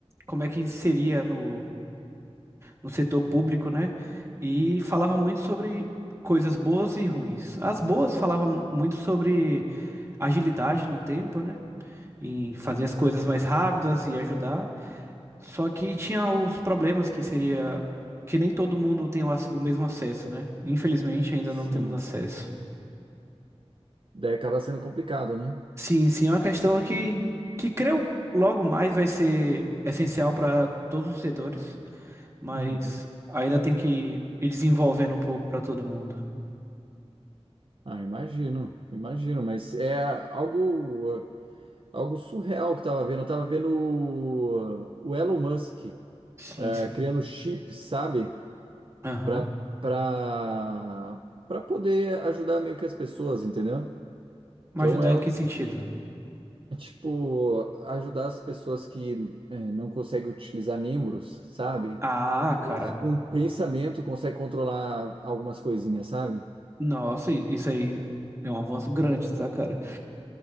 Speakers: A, on the right; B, on the right.
A: como é que inseria no, no setor público, né? E falava muito sobre coisas boas e ruins. As boas falavam muito sobre agilidade no tempo, né? Em fazer
B: sim,
A: as coisas mais rápidas e ajudar. Só que tinha os problemas que seria que nem todo mundo tem o, ac- o mesmo acesso, né? Infelizmente ainda
B: sim.
A: não temos acesso.
B: Daí acaba sendo complicado, né?
A: Sim, sim, é uma questão que que creio logo mais vai ser essencial para todos os setores, mas
B: Uhum.
A: ainda tem que ir desenvolvendo um pouco para todo mundo.
B: Ah, imagino, imagino, mas é algo, algo surreal que eu tava vendo. Eu tava vendo o, o Elon Musk,
A: Sim,
B: eh,
A: sim.
B: criando chips, sabe?
A: Aham.
B: para para para poder ajudar meio que as pessoas, entendeu?
A: Mas
B: Então
A: ajudar
B: é,
A: em
B: o-
A: que sentido?
B: é tipo ajudar as pessoas que é, não conseguem utilizar membros, sabe?
A: Ah,
B: Eles
A: cara,
B: com pensamento conseguem controlar algumas coisinhas, sabe?
A: nossa, i- isso aí é um avanço grande, tá, cara?